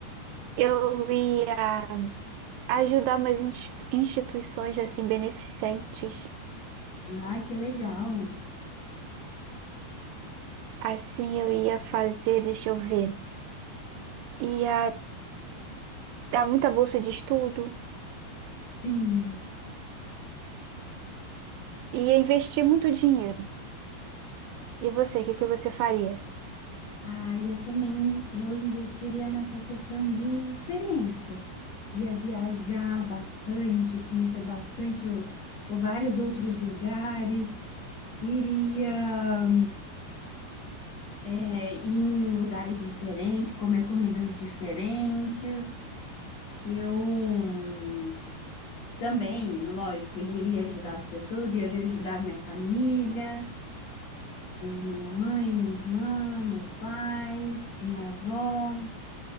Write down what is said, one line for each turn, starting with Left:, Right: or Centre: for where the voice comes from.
Right: Eu ia ajudar umas institu- instituições, assim, beneficentes.
Left: Ai, que legal.
Right: Assim, eu ia fazer, deixa eu ver. Ia dar muita bolsa de estudo.
Left: Sim.
Right: Ia investir muito dinheiro. E você, o que que você faria?
Left: Ah, e eu também, eu investiria nessa questão de experiência. Ia viajar bastante, conhecer bastante ou, ou vários outros lugares, iria é, ir em lugares diferentes, comer comidas diferentes. Eu hum, também, lógico, iria ajudar as pessoas, iria ajudar minha família, minha mãe, minha irmã, meu pai, minha avó.